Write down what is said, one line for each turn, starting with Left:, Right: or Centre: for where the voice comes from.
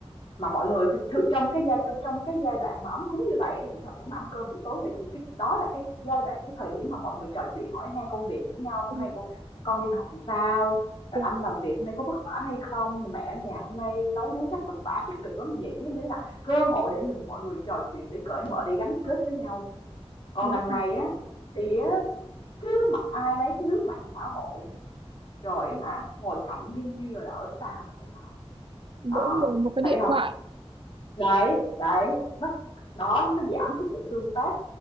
Left: mà mọi người thường trong cái giai trong cái giai đoạn mà ấm cúng như vậy á, cái thời buổi mà ăn cơm buổi tối này thì cái đó là cái giai đoạn cái thời điểm mà mọi người trò chuyện hỏi han công việc lẫn nhau hôm
Right: đúng,
Left: nay cô con đi học làm sao rồi
Right: dạ,
Left: anh làm việc hôm nay có vất vả hay không mẹ ở nhà hôm nay nấu nướng chắc vất vả chắc cực lắm nhỉ như thế nào cơ hội để mình mọi người trò chuyện để cởi mở để gắn kết với nhau còn
Right: đúng.
Left: đằng này á thì á cứ mạnh ai nấy cứ lướt mạng xã hội nè, rồi á hả, ngồi cạnh nhưng như là ở xa vậy á Thảo.
Right: mỗi
Left: Đó,
Right: người một cái
Left: thấy
Right: điện
Left: không?
Right: thoại
Left: Đấy, đấy, nó đó nó giảm cái sự tương tác